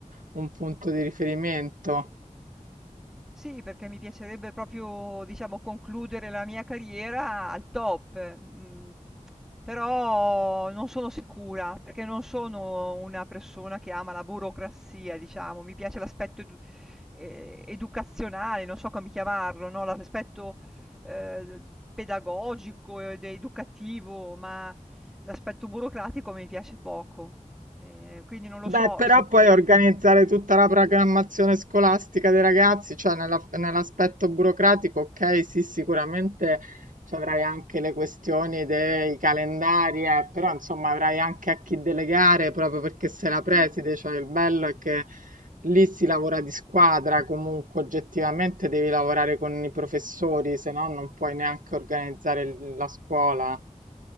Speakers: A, on the right (about 75°); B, in the centre.
A: un punto di riferimento.
B: Sì, perché mi piacerebbe proprio, diciamo, concludere la mia carriera al top, mhmm, però non sono sicura, perché non sono una persona che ama la burocrazia, diciamo. Mi piace l'aspetto edu ehm, educazionale, non so come chiamarlo, no, l'aspetto, ehm, pedagogico ed educativo, ma l'aspetto burocratico mi piace poco. Ehm, quindi non lo
A: Beh,
B: so
A: però
B: se poi
A: poi organizzare tutta la programmazione scolastica dei ragazzi, cioè nella- nell'aspetto burocratico, ok, sì, sicuramente ci avrai anche le questioni dei calendari, eh, però insomma avrai anche a chi delegare proprio perché sei la preside,
B: sì.
A: cioè il bello è che lì si lavora di squadra, comunque oggettivamente devi lavorare con i professori, se no non puoi neanche organizzare l- la scuola.